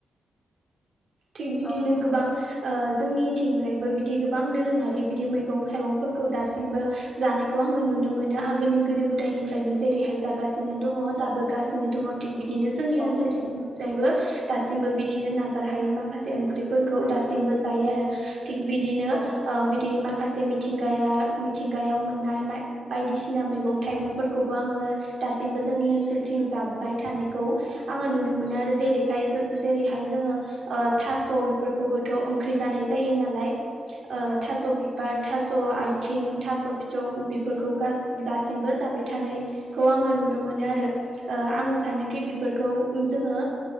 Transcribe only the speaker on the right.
थिग बिदिनो
गोबां जोंनिथिंजायबो बिदि गोबां दोरोङारि बिदि मैगं थाइगंफोरखौ दासिमबो जानायखौ। आङो नुनो मोनो आगोलनि गोदो गोदायनिफ्रायनो जेरैहाय जागासिनो दङ जाबोगासिनो दङ थिग बि बिदिनो जोंनि
ओनसोलथिंजायबो
दासिमबो बिदिनो नागारहायै माखासे। माखासे ओंख्रिफोरखौ दासिमबो जायो आरो थिग बिदिनो
बिदि माख माखासे मिथिंगाया मिथिंगायाव मोननाय बायदिसिना मैगं थाइगंफोरखौबो आङो। दासिमबो जोंनि ओनसोलथिं जाबबाय थानायखौ आङो नुनो मोनो। नो जेरैहाय जेरैहाय जोङो। थास' बेफोरखौबोथ' ओंख्रि जानाय जायो नालाय
थास' बिबार। थास' आथिं थास' फिथं बेफोरखौ दासिमबो जाबाय थानायखौ आङो नु नुनो मोनो आरो। आङो सानोखि बेफोरखौ जोङो